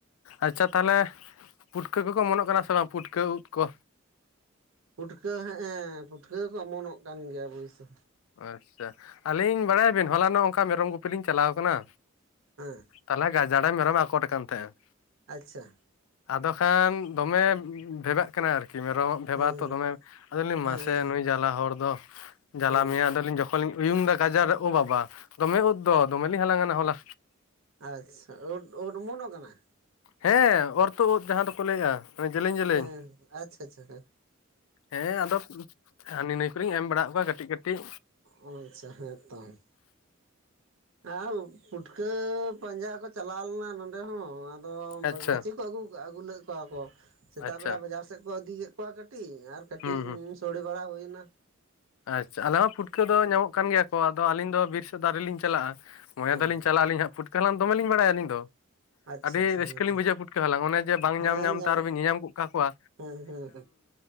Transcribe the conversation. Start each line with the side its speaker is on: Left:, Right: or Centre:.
Left: ᱟᱪᱪᱷᱟ ᱛᱟᱞᱦᱮ ᱯᱩᱴᱠᱟᱹ ᱠᱚᱠᱚ ᱚᱢᱚᱱᱚᱜ ᱠᱟᱱᱟ ᱥᱮ ᱵᱟᱝ ᱯᱩᱴᱠᱟᱹ ᱩᱫᱹ ᱠᱚ
Right: ᱯᱩᱴᱠᱟᱹ ᱦᱮᱸ ᱮᱸ ᱯᱩᱴᱠᱟᱹ ᱠᱚ ᱚᱢᱚᱱᱚᱜ ᱠᱟᱱ ᱜᱮᱭᱟ ᱚᱵᱚᱥᱚᱹ᱾
Left: ᱟᱪᱪᱷᱟ ᱟᱹᱞᱤᱧ ᱵᱟᱲᱟᱭᱟ ᱵᱤᱱ ᱦᱚᱞᱟᱱᱚᱜ ᱚᱱᱠᱟ ᱢᱮᱨᱚᱢ ᱜᱩᱯᱤ ᱞᱤᱧ ᱪᱟᱞᱟᱣ ᱟᱠᱟᱱᱟ
Right: ᱦᱮᱸ
Left: ᱛᱟᱦᱚᱞᱮ ᱜᱟᱡᱟᱲᱨᱮ ᱢᱮᱨᱚᱢ ᱟᱠᱚᱴ ᱠᱟᱱ ᱛᱟᱦᱮᱱᱼᱟ᱾
Right: ᱟᱪᱪᱷᱟ
Left: ᱟᱫᱚ ᱠᱷᱟᱱ ᱫᱚᱢᱮ ᱵᱷᱮᱵᱷᱟᱜ ᱠᱟᱱᱟᱭ ᱟᱨᱠᱤ ᱢᱮᱨᱚᱢ ᱵᱷᱮᱵᱟᱳ
Right: ᱦᱮᱸ
Left: ᱛᱚ ᱫᱚᱢᱮ ᱟᱫᱚᱞᱤᱧ
Right: ᱦᱮᱸ
Left: ᱢᱟᱥᱮ ᱱᱩᱭ ᱡᱟᱞᱟ ᱦᱚᱲ ᱫᱚ᱾ ᱡᱟᱞᱟ
Right: ᱦᱮᱸ
Left: ᱢᱮᱭᱟ ᱟᱞᱤᱧ ᱡᱚᱠᱷᱚᱱᱞᱤᱧ ᱩᱭᱩᱝᱫᱟ᱾ ᱜᱟᱡᱟᱲ ᱨᱮ ᱳ ᱵᱟᱵᱟ! ᱫᱚᱢᱮ ᱩᱫ ᱫᱚ ᱫᱚᱢᱮᱞᱤᱧ ᱦᱟᱞᱟᱝᱟᱱᱟ ᱦᱚᱞᱟ᱾
Right: ᱟᱪᱪᱷᱟ ᱳᱫ ᱳᱫ ᱚᱢᱚᱱᱚᱜ ᱠᱟᱱᱟ
Left: ᱦᱮᱸ ᱚᱨ ᱛᱳᱫ ᱳᱫ ᱡᱟᱦᱟᱸ ᱫᱚᱠᱚ ᱞᱟᱹᱭᱟ ᱡᱮᱞᱮᱧ ᱡᱮᱞᱮᱧ
Right: ᱦᱮᱸ ᱟᱪᱪᱷᱟ ᱟᱪᱪᱷᱟ ᱦᱮᱸ
Left: ᱦᱮᱸ ᱟᱫᱚ ᱦᱟᱹᱱᱤ ᱱᱟᱹᱭ ᱠᱚᱨᱮᱧ ᱮᱢ ᱵᱟᱲᱟᱫ ᱠᱚᱣᱟ ᱠᱟᱹᱴᱤᱡ᱾ ᱠᱟᱹᱴᱤᱡ
Right: ᱚ ᱟᱪᱪᱷᱟ ᱦᱮᱸ ᱛᱚ <inaudible> ᱟᱸ ᱯᱩᱴᱠᱟᱹ ᱯᱟᱸᱡᱟ ᱠᱚ ᱪᱟᱞᱟᱣ ᱞᱮᱱᱟ ᱱᱚᱸᱰᱮ ᱦᱚᱸ ᱟ ᱟᱫᱚ
Left: ᱟᱪᱪᱷᱟ
Right: ᱠᱷᱟᱪᱷᱤ ᱠᱚ ᱟᱹᱜᱩ ᱟᱹᱜᱩ ᱞᱮᱫ ᱠᱚᱣᱟ ᱠᱚ, ᱥᱮᱛᱟᱜ
Left: ᱟᱪᱪᱷᱟ
Right: ᱵᱮᱲᱟ ᱵᱟᱡᱟᱨ ᱥᱮᱫ ᱠᱚ ᱤᱫᱤᱭᱮᱫ ᱠᱮ ᱠᱚᱣᱟ ᱠᱟᱹᱴᱤᱡ ᱟᱨ ᱠᱟᱹᱴᱤᱡ
Left: ᱦᱩᱸ ᱦᱩᱸ
Right: ᱥᱳᱲᱮ ᱵᱟᱲᱟ ᱦᱩᱭᱱᱟ
Left: ᱟᱪᱪᱷᱟ ᱟᱞᱮ ᱦᱚ ᱯᱷᱩᱴᱠᱟᱹ ᱫᱚ ᱧᱟᱢᱚᱜ ᱠᱟᱱ ᱜᱮᱭᱟ ᱠᱚ ᱟᱫᱚ ᱟᱹᱞᱤᱧ ᱫᱚ ᱵᱤᱨ ᱥᱮᱫ ᱫᱚ ᱟᱨᱤᱞᱤᱧ ᱪᱟᱞᱟᱜᱼᱟ᱾ ᱢᱚᱱᱮ
Right: ᱦᱩᱸ
Left: ᱫᱚᱞᱤᱧ ᱪᱟᱞᱟᱜᱼᱟᱞᱤ ᱦᱟᱸ ᱯᱷᱩᱴᱠᱟ. ᱦᱟᱞᱟᱝ ᱫᱚᱢᱮᱞᱤᱧ ᱵᱟᱲᱟᱭ ᱟᱹᱞᱤᱧ ᱫᱚ᱾
Right: ᱟᱪᱪᱷᱟ
Left: ᱟᱹᱰᱤ
Right: ᱟᱪᱪᱷᱟ
Left: ᱨᱟᱹᱥᱠᱟᱹᱞᱤᱤᱧ
Right: ᱦᱮᱸᱛᱚ
Left: ᱵᱩᱡᱟᱹᱟ ᱯᱩᱴᱠᱟᱹ ᱦᱟᱞᱟᱝ ᱚᱱᱮ ᱵᱟᱝ
Right: ᱦᱮᱸ
Left: ᱧᱟᱢ ᱧᱟᱢᱛᱮ
Right: ᱧᱟᱢᱚᱜ
Left: ᱟᱨᱚᱵᱤᱱ ᱧᱤᱧᱟᱢᱜ ᱠᱟ ᱠᱚᱣᱟ
Right: ᱦᱮᱸ ᱦᱮᱸ